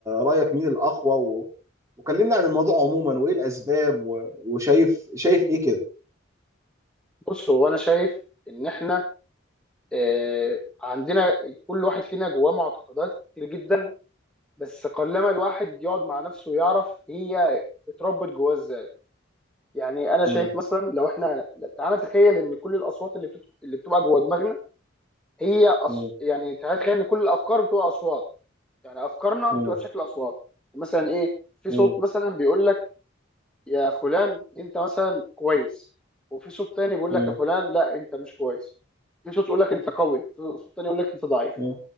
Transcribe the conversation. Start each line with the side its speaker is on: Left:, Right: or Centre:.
Right: رايك مين الاقوى و... وكلمنا عن الموضوع عموما وايه الاسباب و... وشايف شايف ايه كده
Centre: بص هو انا شايف ان احنا آه عندنا كل واحد فينا جواه معتقدات كتير جدا بس قلما الواحد يقعد مع نفسه ويعرف هي اتربت جواه ازاي يعني انا
Right: مم.
Centre: شايف مثلا لو احنا تعالى نتخيل ان كل الاصوات اللي بتت... اللي بتبقى جوه دماغنا هي أص...
Right: مم.
Centre: يعني تعالى نتخيل ان كل الافكار بتبقى اصوات يعني افكارنا
Right: مم.
Centre: بتبقى بشكل اصوات مثلا ايه في
Right: مم.
Centre: صوت مثلا بيقول لك يا فلان انت مثلا كويس وفي صوت تاني بيقول
Right: مم.
Centre: لك يا فلان لا انت مش كويس في صوت يقول لك انت قوي في صوت تاني يقول لك انت ضعيف
Right: مم.